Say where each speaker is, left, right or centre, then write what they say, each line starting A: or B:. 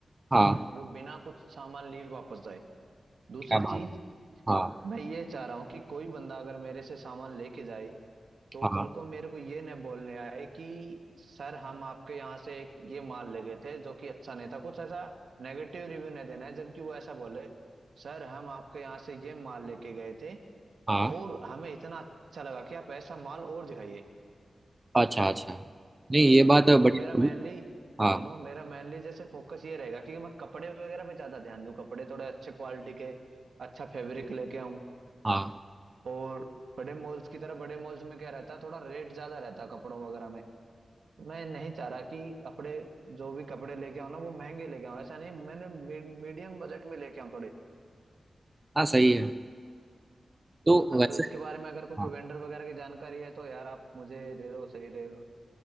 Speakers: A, on the right (about 25°); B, on the right (about 85°).
A: हाँ
B: वो बिना कुछ सामान लिए वापस जाए दूसरी
A: क्या
B: चीज
A: बात है हाँ
B: मैं ये चाह रहा हूँ कि कोई बंदा अगर मेरे से सामान लेके जाए तो
A: हाँ
B: कल को मेरे को ये नहीं बोलने आए कि सर हम आपके यहाँ से एक ये माल ले गए थे जो कि अच्छा नहीं था कुछ ऐसा नेगेटिव रिव्यू नहीं देना है जबकि वो ऐसा बोले सर हम आपके यहाँ से ये माल लेके गए थे
A: हाँ
B: और हमें इतना अच्छा लगा कि आप ऐसा माल और दिखाइए
A: अच्छा अच्छा नहीं ये बात
B: और
A: बड़ी
B: मेरा मेनली
A: बड़ी- हाँ
B: सुनो मेरा मेनली जैसे फोकस ये रहेगा कि मैं कपड़े वगैरह पे ज्यादा ध्यान दूं कपड़े थोड़े अच्छे क्वालिटी के अच्छा फैब्रिक लेके आऊं
A: हाँ
B: और बड़े मॉल्स की तरह बड़े मॉल्स में क्या रहता है थोड़ा रेट ज्यादा रहता है कपड़ों वगैरह में मैं नहीं चाह रहा कि कपड़े जो भी कपड़े लेके आऊं ना वो महंगे लेके आऊं ऐसा नहीं मैंने मीडियम बजट में लेके आऊं थोड़े
A: हाँ सही है तो
B: हाँ
A: वैसे
B: तो इसके बारे में अगर कोई
A: हाँ
B: वेंडर वगैरह की जानकारी है तो यार आप मुझे दे दो सही रहेगा